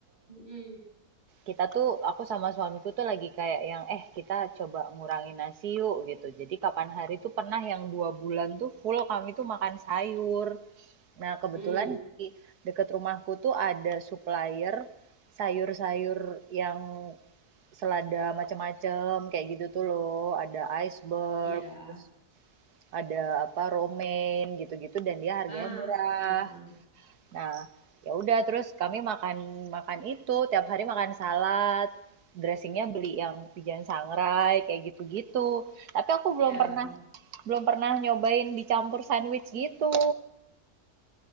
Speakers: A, on the right; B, on the right.
A: Mm-mm.
B: kita tuh aku sama suamiku tuh lagi kayak yang eh kita coba ngurangin nasi yuk gitu. Jadi kapan hari tuh pernah yang dua bulan tuh full kami tuh makan sayur. Nah kebetulan
A: Hmm,
B: di deket rumahku tuh ada supplier sayur-sayur yang selada macam-macam kayak gitu tuh loh. Ada iceberg,
A: iya.
B: terus ada apa romaine gitu-gitu dan dia harganya
A: Ah,
B: murah.
A: ah, ah, ah.
B: Nah, ya udah terus kami makan makan itu tiap hari makan salad, dressingnya beli yang Pigeon Sangrai kayak gitu-gitu. Tapi aku belum
A: Iya,
B: pernah
A: ah.
B: belum pernah nyobain dicampur sandwich gitu.